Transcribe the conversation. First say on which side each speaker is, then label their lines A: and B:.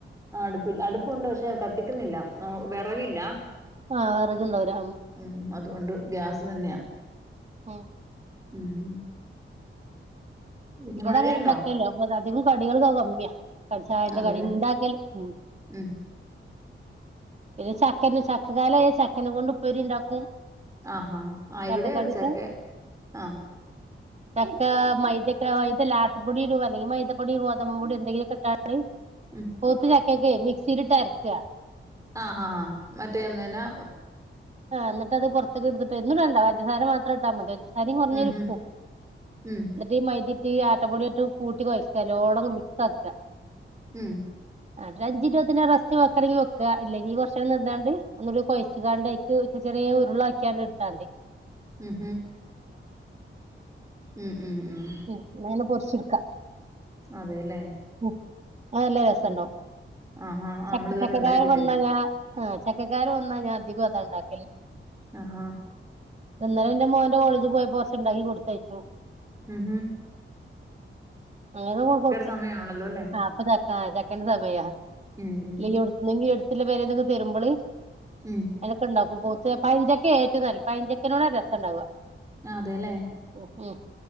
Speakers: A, on the right (about 15°); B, on the right (about 30°).
A: ആഹ അടുപ്പില്ല അടുപ്പൊണ്ട് പക്ഷെ കത്തിക്കുന്നില്ല ആ വിറവില്ല
B: ആഹ് വിറകുണ്ടാവൂല
A: ഉം അതുകൊണ്ട് ഗ്യാസ് തന്നെയാ
B: ഉം
A: ഉം പിന്നെ
B: ഇവിടൊങ്ങ
A: മഴയുണ്ടോ
B: ഉണ്ടാക്കല്ലത അതും കടികൾക കമ്മിയാ കടിച്ച അന്റെ
A: അതെല്ലേ
B: കള ഇണ്ടാക്കല് ഉ
A: ഉം
B: പിന്നെ ചക്കന് ചക്ക കാല ചക്കന കൊണ്ട് ഉപ്പേരി ഉണ്ടാക്കും
A: ആഹാ ആ് ഇവിടെ
B: ചക്കക്കടിയൊക്കെ
A: ചക്കെ ആഹ
B: ചക്ക മൈദക്ക് ആഹ ഇത്ാുപൊടിടും അല്ലെങ്ക മൈതപ്പൊടി അല്ലെങ്കിൽ ഗോതമ്പു പൊടി എന്തെങ്കില്ക്കുണ്ടാകും
A: ഉം
B: മൂത്ത ചക്കക്കെ മ ഇരുട്ടാരിക്ക
A: ആഹ് ആഹ് ആഹാ മറ്റേ എമേനാ
B: ആ എന്നിട്ട്ത് പുറത്തേക്ക് എടുത്തിട്ട് എന്നന്നട്ടണ്ട പഞ്ചസാര മാത്രം ഇട്ടാൽ മതി. ം കുറഞ്ഞൊരുപ്പും
A: ഉം ഉം
B: എന്നിട്ട് ഈ മൈ ഇനി ത്തിരിഈ ആട്ടപ്പൊടിട്ട് കൂട്ടി കൊഴയ്ക്കല്ലോടങ് നല്ലോണം മിക്സ് ആക്കുക
A: ഉം
B: എന്നിട്ട് അഞ്ചിരുപത് റസ്റ്റ് വെക്കണോങ്കി വെക്കുക ഇല്ലെങ്കിൽ കുറച്ച് നേരം നിന്നോണ്ട് ഒന്നരു കൊഴച്ചുകാണ്ടയ്ക്ക് ചെറിയ ഉരുളയാക്കിയാണ്ട് ഇട്ടാ മതി
A: ഉം ഉം ഉം ഉം ഉം
B: ഉ അങ്ങനെ തന്നെ പൊരിച്ചെടുക്കാം
A: അതെല്ലേ
B: ഉ നല്ലാ രസുണ്ടാവും
A: ഉം ആഹാ നമ്മള്
B: ശക്തി
A: ഇതുവരെ
B: <unintelligible>
A: ഉണ്ടാക്കിയിട്ടില്ല
B: താര നല്ലതാ ആഹ് ചക്ക കാലംവന്നാ ഞാൻ അധികം അതാ ഉണ്ടാക്കല്
A: ആഹഹാ
B: ഇന്നലെ എന്റെ മോന്റെ കോളേജിൽ പോയപ്പോൾ കുറച്ചുണ്ടാക്കി കൊടുത്തയച്ചു
A: ഉം ഹം
B: അങ്ങനെ കൊടുത്തേ
A: സമയമാണല്ലോ അല്ലേ
B: അപ്പചക്കാ എന്താ പയ്യാ
A: ഉം
B: <unintelligible> വല്യ പെരേന്ന് ഒക്കെ തരുമ്പള്
A: ഉം
B: അനക്ക്ഉണ്ടാക്കും ബോ പഴം ചക്കയാഏറ്റവും നല്ലത് പഴംചക്കയോടാണ് ഏറ്റവും രസം ഉണ്ടാവുക
A: അതെല്ലേ
B: ഉ ഉ